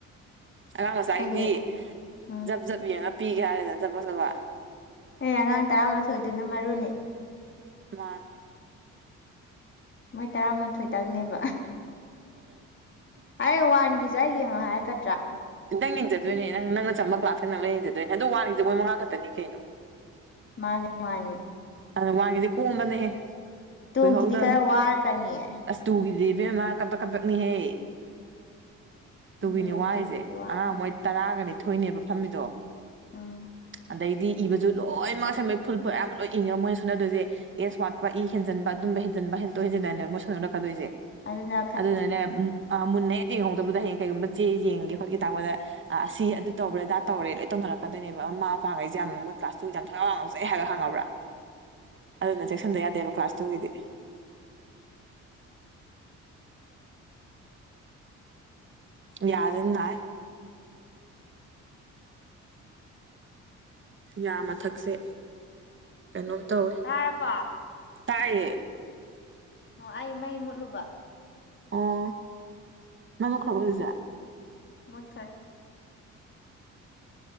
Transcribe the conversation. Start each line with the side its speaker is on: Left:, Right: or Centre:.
Right: ꯑꯉꯥꯡ ꯃꯆꯥꯒꯤꯗꯤ
Left: ꯑꯩꯒꯤ ꯎꯝ
Right: ꯖꯞ ꯖꯞ ꯌꯦꯡꯉ ꯄꯤꯒꯦ ꯍꯥꯏꯔꯦꯗꯅ ꯆꯠꯄ ꯆꯠꯄ
Left: ꯑꯦ ꯑꯉꯥꯡ ꯇꯔꯥꯃꯥꯊꯣꯏꯗꯨꯅ ꯃꯔꯨꯅꯤ
Right: ꯃꯥꯅꯦ
Left: ꯃꯣꯏ ꯇꯔꯥꯃꯥꯊꯣꯏꯇꯪꯅꯦꯕ
Right: ꯎꯝ
Left: ꯑꯦ ꯋꯥꯥꯟꯒꯤꯖꯏꯦ ꯋꯥ ꯍꯥ ꯍꯥꯏꯔ ꯀ
Right: ꯈꯤꯇꯪ ꯌꯦꯡꯖꯗꯣꯏꯅꯦ ꯅꯪ ꯅꯪꯅ ꯆꯝꯕ ꯀ꯭ꯂꯥꯁꯇ ꯅꯪꯅ ꯌꯦꯡꯖꯗꯣꯏꯅꯦ ꯑꯗꯨ ꯋꯥꯂꯤꯁꯦ ꯃꯣꯏ ꯃꯉꯥ ꯈꯛꯇꯅꯤ ꯀꯩꯅꯣ
Left: ꯃꯥꯅꯦ ꯃꯥ
Right: ꯑꯗ ꯋꯥꯡꯒꯤꯗꯤ ꯀꯣꯝꯕꯅꯦꯍ
Left: ꯇꯨꯒꯤꯗꯤ
Right: ꯀꯈꯣꯏꯍꯧꯗ
Left: ꯈꯔ ꯋꯥꯔꯛꯀꯅꯤꯌꯦ
Right: ꯑꯁꯇꯨꯒꯤꯗꯤ ꯏꯕꯦꯝꯃ ꯀꯄꯛ ꯀꯄꯛꯅꯤꯍꯦ ꯇꯨꯒꯤꯅꯤ
Left: ꯑꯗꯨꯅꯦ
Right: ꯋꯥꯔꯤꯁꯦ
Left: ꯇꯨꯒꯤꯗꯤ ꯋꯥꯅꯤ
Right: ꯑꯉꯥꯡ ꯃꯣꯏ ꯇꯔꯥꯒꯅꯤꯊꯣꯏꯅꯦꯕ ꯐꯝꯕꯤꯗꯣ
Left: ꯎꯝ
Right: ꯑꯗꯩꯗꯤ ꯏꯕꯁꯨ ꯂꯣꯏꯅꯃꯛ ꯁꯦꯝꯕ ꯐꯨꯜ ꯐ ꯑꯌꯥꯝꯕ ꯂꯣꯏꯅ ꯃꯣꯏꯅ ꯁꯨꯅꯗꯣꯏꯁꯦ ꯑꯦꯁ ꯋꯥꯠꯄ ꯏ ꯍꯦꯟꯖꯟꯕ ꯑꯗꯨꯝꯕ ꯍꯦꯟꯖꯟꯕ ꯍꯦꯟꯇꯣꯛ ꯍꯦꯟꯖꯤꯟꯅꯅꯦꯕ ꯃꯣꯏ ꯁꯅꯔꯛꯀꯗꯣꯏꯁꯦ
Left: ꯑꯗꯨꯅ
Right: ꯑꯗ ꯎ ꯑ ꯃꯨꯟꯅ ꯍꯦꯦꯛ ꯌꯦꯡꯍꯧꯗꯕꯗ ꯍꯌꯦ ꯀꯩꯒꯨꯝꯕ ꯆꯦ ꯌꯦꯡꯒꯦ ꯈꯣꯠꯀꯦ ꯇꯥꯛꯄꯗ ꯑꯁꯤ ꯑꯗꯨ ꯇꯧꯕꯔꯦ ꯑꯗꯥ ꯇꯧꯔꯦ ꯂꯣꯏ ꯇꯧ ꯅꯔꯛꯀꯣꯏꯅꯦꯕ ꯑꯃ ꯃꯥ ꯃ ꯄꯥꯡꯉꯩꯁꯦ ꯌꯥꯝ ꯃꯣꯏ ꯀ꯭ꯂꯥꯁ ꯇꯨꯁ ꯌꯥꯝ ꯊꯣꯏꯏꯎꯥꯎ ꯉꯥꯎꯖꯩ ꯍꯥꯏꯕ ꯈꯉ꯭ꯔꯥ ꯑꯗꯨꯅ ꯆꯦꯛꯁꯤꯟꯗ ꯌꯥꯗꯦꯕ ꯀ꯭ꯂꯥꯁ ꯇꯨꯒꯤꯗꯤ
Left: ꯑ
Right: ꯌꯥꯔꯟꯅ ꯌꯥꯝ ꯃꯊꯛꯁꯦ ꯀꯩꯅꯣꯝ ꯇꯧꯋꯦ
Left: ꯇꯥꯔꯕꯣ
Right: ꯇꯌꯦ
Left: ꯑꯣ ꯑꯩ ꯃꯩ ꯃꯨꯠꯂꯨꯕ
Right: ꯑꯣ ꯅꯪ ꯀꯈ꯭ꯔꯥꯕ ꯖꯥ
Left: ꯃꯠꯈꯥꯏ